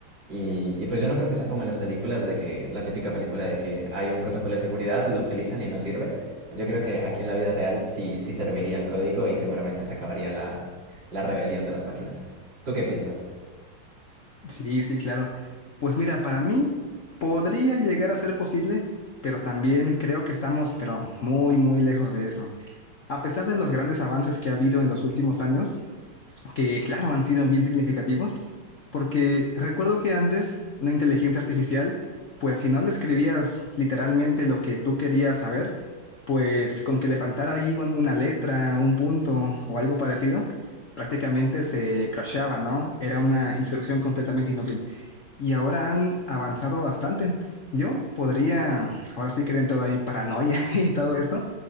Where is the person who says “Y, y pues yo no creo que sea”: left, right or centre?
Right